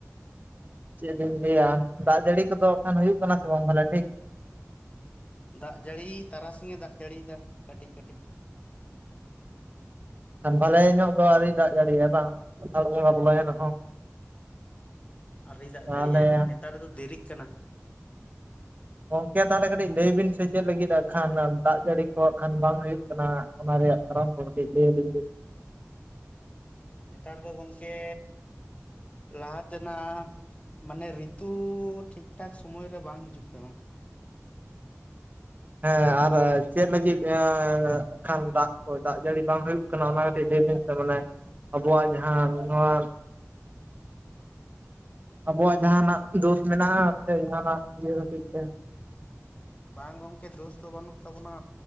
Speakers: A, on the right; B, on the left.
A: ᱪᱮᱫ ᱤᱧ ᱞᱟᱹᱭᱟ ᱫᱟᱜ ᱡᱟᱹᱲᱤ ᱠᱚᱫᱚ ᱠᱷᱟᱱ ᱦᱩᱭᱩᱜ ᱠᱟᱱᱟ ᱥᱮ ᱵᱟᱝ ᱵᱟᱞᱮ ᱴᱷᱤᱠ
B: ᱫᱟᱜ ᱡᱟᱹᱲᱤ ᱛᱟᱨᱟᱥᱤᱧᱮ ᱫᱟᱜ ᱡᱟᱹᱲᱤᱭᱮᱫᱟ ᱠᱟᱹᱴᱤᱡ ᱠᱟᱹᱴᱤᱡ
A: ᱚ ᱵᱷᱟᱞᱮ ᱧᱚᱜ ᱫᱚ ᱟᱹᱣᱨᱤ ᱫᱟᱜ ᱡᱟᱹᱲᱤᱭᱟᱭ ᱵᱟᱝ ᱟᱥᱟᱲ ᱵᱚᱸᱜᱟ ᱵᱚᱞᱚ ᱮᱱ ᱨᱮᱦᱚᱸ
B: ᱟᱨᱮ ᱫᱟᱜ
A: ᱛᱟᱦᱚᱞᱮ
B: ᱡᱟᱹᱲᱤᱭᱟᱭ ᱱᱮᱛᱟᱨ ᱫᱚ ᱫᱮᱨᱤᱜ ᱠᱟᱱᱟ
A: ᱜᱚᱝᱠᱮ ᱛᱟᱦᱚᱞᱮ ᱠᱟᱹᱴᱤᱡ ᱞᱟᱹᱭ ᱵᱤᱱ ᱥᱮ ᱪᱮᱫ ᱞᱟᱹᱜᱤᱫᱜ ᱠᱷᱟᱱ ᱫᱟᱜ ᱡᱟᱹᱲᱤ ᱠᱚ ᱦᱟᱜ ᱠᱷᱟᱱ ᱵᱟᱝ ᱦᱩᱭᱩᱜ ᱠᱟᱱᱟ ᱚᱱᱟ ᱨᱮᱭᱟᱜ ᱠᱷᱟᱨᱯ ᱠᱚᱛᱮ ᱞᱟᱹᱭ ᱟᱹᱞᱤᱧ ᱵᱤᱱ
B: ᱱᱮᱛᱟᱨ ᱫᱚ ᱜᱚᱝᱠᱮ ᱞᱟᱦᱟ ᱛᱮᱱᱟᱜ ᱢᱟᱱᱮ ᱨᱤᱛᱩ ᱴᱷᱤᱠᱼᱴᱷᱟᱠ ᱥᱚᱢᱚᱭ ᱨᱮ ᱵᱟᱝ ᱦᱤᱡᱩᱜ ᱠᱟᱱᱟ
A: ᱦᱮᱸ ᱟᱨ ᱪᱮᱫ ᱞᱟᱹᱜᱤᱫ ᱠᱷᱟᱱ ᱫᱟᱜ ᱠᱚ ᱫᱟᱜ ᱡᱟᱹᱲᱤ ᱵᱟᱝ ᱦᱩᱭᱩᱜ ᱠᱟᱱᱟ ᱚᱱᱟ ᱠᱟᱹᱴᱤᱡ ᱞᱟᱹᱭ ᱥᱮ ᱢᱟᱱᱮ ᱟᱵᱚᱣᱟᱜ ᱡᱟᱦᱟᱸ ᱱᱚᱣᱟ ᱟᱵᱚᱣᱟᱜ ᱡᱟᱦᱟᱸᱟᱱᱟᱜ ᱫᱳᱥ ᱢᱮᱱᱟᱜᱼᱟ ᱥᱮ ᱡᱟᱦᱟᱱᱟᱜ ᱤᱭᱟᱹ ᱠᱷᱟᱹᱛᱤᱨ ᱛᱮ
B: ᱵᱟᱝ ᱜᱚᱢᱠᱮ ᱫᱳᱥ ᱫᱚ ᱵᱟᱹᱱᱩᱜ ᱛᱟᱵᱚᱱᱟ